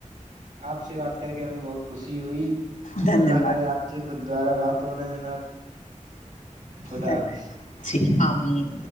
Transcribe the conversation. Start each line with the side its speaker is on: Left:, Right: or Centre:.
Right: آپ سے بات کر کے ہمیں بہت خوشی ہوئی
Left: دھنیہ
Right: اللہ
Left: واد
Right: کری آپ سے خ دوارا بات ہو ن جناب خدا
Left: دھن
Right: آس
Left: امین